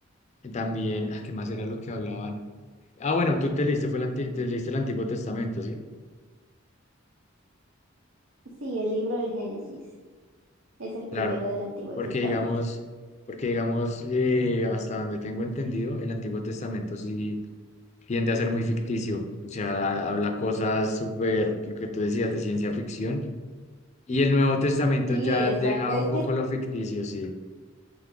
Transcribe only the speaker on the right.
Sí, el libro del Génesis es el primero
del Antiguo
Testamento.
Sí,
exacto.
Es